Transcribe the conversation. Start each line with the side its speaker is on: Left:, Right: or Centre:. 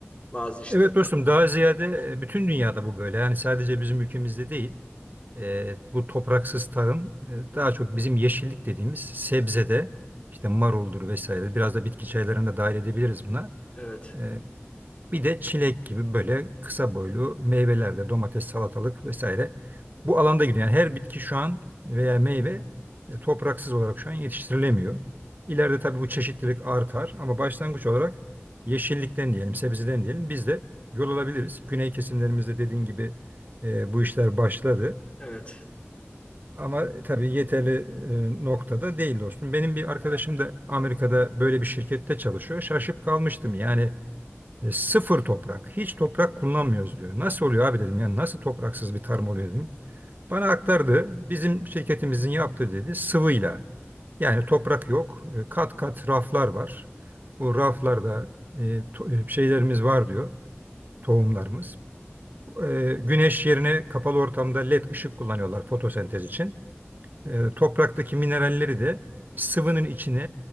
Left: bazı işte
Right: Evet dostum daha ziyade e, bütün dünyada bu böyle. Yani sadece bizim ülkemizde değil. E, bu topraksız tarım e, daha çok bizim yeşillik dediğimiz sebzede işte maruldur vesaire. Biraz da bitki çaylarını da dahil edebiliriz buna.
Left: evet,
Right: E, Bir de çilek gibi böyle kısa boylu meyveler de domates, salatalık vesaire. Bu alanda gidiyor. Yani her bitki şu an veya meyve e, topraksız olarak şu an yetiştirilemiyor. İleride tabii bu çeşitlilik artar ama başlangıç olarak yeşillikten diyelim, sebzeden diyelim biz de yol alabiliriz. Güney kesimlerimizde dediğin gibi e, bu işler başladı.
Left: evet,
Right: Ama tabii yeterli e, noktada değil dostum. Benim bir arkadaşım da Amerika'da böyle bir şirkette çalışıyor. Şaşıp kalmıştım. Yani e, sıfır toprak. Hiç toprak kullanmıyoruz diyor. Nasıl oluyor abi dedim. Yani nasıl topraksız bir tarım oluyor dedim. Bana aktardı. Bizim şirketimizin yaptığı dedi sıvıyla. Yani toprak yok. e, Kat kat raflar var. Bu raflarda e, to- e, şeylerimiz var diyor. Tohumlarımız. E, güneş yerine kapalı ortamda led ışık kullanıyorlar fotosentez için. E, topraktaki mineralleri de sıvının içine